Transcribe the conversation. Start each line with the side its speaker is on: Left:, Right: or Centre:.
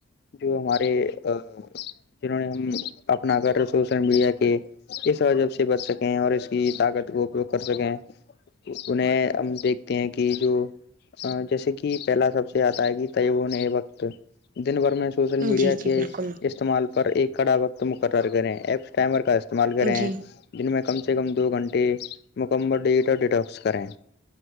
Left: جو ہمارے جنہوں نے ہم اپنا کر سوشل میڈیا کے اس وجب سے بچ سکیں اور اس کی طاقت کا اپیوگ کر سکیں انہیں ہم دیکھتے ہیں کہ جو جیسے کہ پہلا سب سے آتا ہے کہ تیبونئے وقت دن بھر میں سوشل میڈیا
Right: جی
Left: کے
Right: جی بالکل
Left: استعمال پر ایک کڑا وقت مقرر کریں ایپس ٹائمر کا اس استعمال کریں
Right: جی
Left: جن میں کم سے کم دو گھنٹے مکمل ڈیجیٹل ڈیٹکس کریں